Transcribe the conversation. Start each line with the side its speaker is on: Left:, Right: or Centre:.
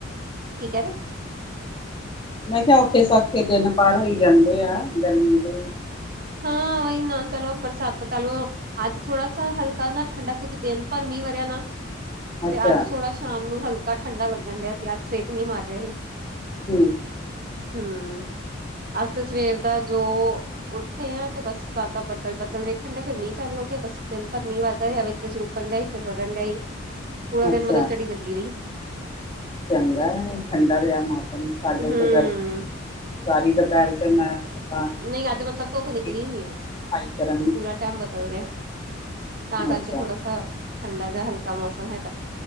Right: ਠੀਕ ਹੈ।
Left: ਮੈਂ ਕਿਹਾ ਔਖੇ- ਸੌਖੇ ਦਿਨ ਪਾਰ ਹੋਈ ਜਾਂਦੇ ਆ, ਗਰਮੀ ਦੇ
Right: ਹਾਂ ਉਹਹੀ ਨਾ ਚਲੋ, ਬਰਸਾਤ ਤਾਂ ਚਾਲੂ ਅੱਜ ਥੋੜ੍ਹਾ ਸਾ, ਹਲਕਾ ਨਾ, ਠੰਡਾ, ਦਿਨ ਭਰ ਮੀਂਹ ਵਰ੍ਹਿਆ ਨਾ।
Left: ਅੱਛਾ।
Right: ਤੇ ਅੱਜ ਥੋੜਾ ਸ਼ਾਮ ਨੂੰ ਹਲਕਾ ਠੰਢਾ ਲੱਗਣ ਡਹਾ ਸੀ, ਅੱਜ ਸੇਕ ਨਹੀਂ ਮਾਰ ਰਿਹਾ ਸੀ।
Left: ਹਮ।
Right: ਹਮ, ਅਸ ਸਵੇਰ ਦਾ ਜੋ ਉੱਠੇ ਆ, ਤੇ ਬਸ ਸਾਦਾ ਬਦਲ- ਬੱਦਲ ਵੇਖਣ ਡ, ਫੇਰ ਮੀਹ ਚਾਲੂ ਹੋ ਗਿਆ, ਬਸ ਦਿਨ ਪਰ ਮੀਂਹ ਵੱਦਾ ਰਿਹਾ ਵਿੱਚ ਚੱਕਣ ਡਿਆ, ਫਿਰ ਵਰਣ ਡਿਆਈ, ਪੂਰਾ ਦਿਨ
Left: ਅੱਛਾ
Right: ਮਤਲਬ ਚੜੀ ਲੱਗੀ ਰਹੀ।
Left: ਚੰਗਾ, ਠੰਡਾ ਰਿਹਾ ਮੌਸਮ, ਸਾਡੇ
Right: ਹੂੰ
Left: ਤੇ ਗਰਮੀ, ਸਾਰੀ ਦੁਪਹਿਰ ਤੇ ਮੈਂ ਆਪਾਂ
Right: ਨਹੀਂ ਅੱਜ ਮਤਲਬ ਧੁੱਪ ਨਿਕਲੀ
Left: ਸਫਾਈ
Right: ਨ ਅੱਜ,
Left: ਕਰਨ
Right: ਪੂਰਾ ਟਾਈਮ ਬਦਲ ਰਿਹਾ।
Left: ਨੂੰ
Right: ਤਾਂ ਕਰਕੇ
Left: ਅੱਛਾ
Right: ਥੋੜਾ ਸ, ਠੰਡਾ ਜਾਂ ਹਲਕਾ ਮੌਸਮ ਹੈ।